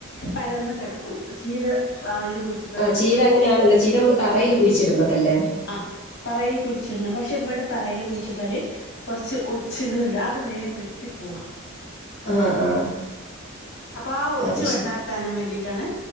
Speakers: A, on the left (about 55°); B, on the left (about 30°).
A: പരന്ന് കിടക്കും. ചീര അയില് കുഴിച്ചിട്ടാ
B: ആ
A: നല്ല
B: ചീര
A: സുഖാ
B: അങ്ങനെയാണല്ലോ ചീര നമ്മള് തറയിൽ കുഴിച്ചിടുന്നതല്ലേ?
A: ആഹ് തറയിൽ കുഴിച്ചിടുന്നാ. പക്ഷെ ഇവിടെ തറയിൽ കുഴിച്ചിട്ടാല് കുറച്ച് ഒച്ചകള് ഇണ്ട് അത് വേഗം വെട്ടി പോവാ.
B: ആ ആ
A: അപ്പൊ ആ ഒച്ച്
B: അത്
A: വെട്ടാ
B: ശരി
A: വെട്ടാണ്ടിരിക്കാൻ വേണ്ടീട്ടാണ്